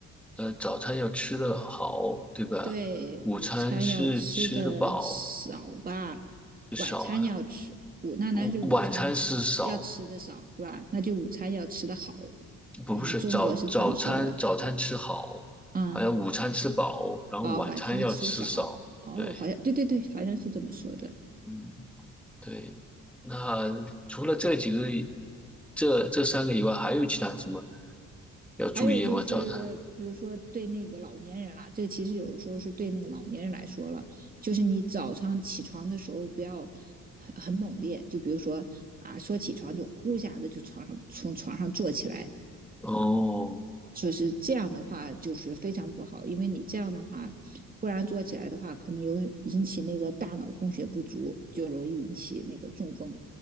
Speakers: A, in the centre; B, on the right (about 30°).
A: 呃，早餐要吃得好，对吧？
B: 对，
A: 午餐是吃得饱
B: 午餐要吃的少吧，
A: 是少啊，
B: 晚餐要吃，午那那是午餐要吃的少是吧？
A: 午晚餐是少，
B: 那就午餐要吃的好，好像中国是这么说的
A: 不不是早早餐早餐吃好，
B: 啊
A: 好像午餐吃饱，然后晚餐要吃少。
B: 啊、哦晚餐吃少哦，
A: 对，
B: 好像对对对，好像是这么说的。
A: 嗯，对。那除了这几个，这这三个以外，还有其他什么要注意吗？
B: 还有就是，
A: 早餐？
B: 比如说对那个老年人啦，这个其实有的时候是对那个老年人来说了，就是你早上起床的时候不要很很猛烈，就比如说啊，说起床就呼下的就床上从床上坐起来，
A: 哦，
B: 就是这样的话就是非常不好，因为你这样的话忽然坐起来的话，可能有引起那个大脑供血不足，就容易引起那个中风。